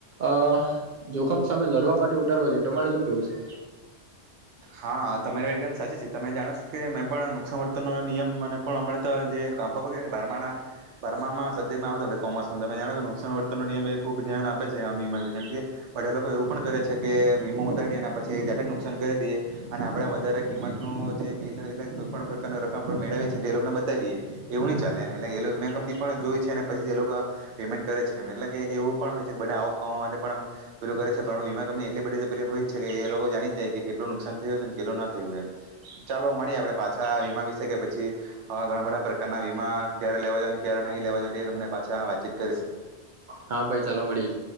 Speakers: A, on the right (about 55°); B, on the right (about 80°).
A: અ જોખમ સામે લડવા માટે ઉતારવા જોઈએ તમારે શું કેવું શે?
B: હા તમારી વાત એકદમ સાચી છે તમે જાણો છો કે મેં પણ નુકસાન વર્તનનો નિયમ મને પણ હમણાં તો જે ખબર બારમા ના બારમામાં સબ્જેક્ટમાં આવતો કોમર્સમાં તમે જાણો કે નુકસાન વર્તનનો નિયમ એ ખૂબ ધ્યાન આપે છે આમ વીમા વિ કેમ બધા લોકો એવું પણે છે કે વીમા ઉતારી દે અને પછી જાતે નુકસાન કરી દઈએ અને આપડે વધારે કિંમત નુ જે બિલ એટલે કોઈ પણ પ્રકાર રકમ આપ મેળવી છે તો એ લોકોને બતાવી દઈએ. એવું ની ચાલે એમ એટલે એ લોકો વીમા કંપની પણ જોય છે અને પછી એ લોકા પેમેન્ટ કરે છે એ એટલે કે એવું પણ હોય છે કે બધા આવ કરવા માટે પણ પેલુ કરે છે પણ વીમા કંપની એટલી બધી પે હોય જ છે કે એ લોકો જાણી જાય કેટલુ નુક નુકસાન થયુંય છેને કેટલું ના થયું એમ. ચાલો મળીએ આપડે પાછા વીમા વિશે કે પછી આવા ઘણા બધા પ્રકારના વીમા ક્યારે લેવા ને ક્યારે નહીં લેવા તે તમને પાછા વાતચીત કરીશું.
A: હા ભાઈ ચાલો મળીએે.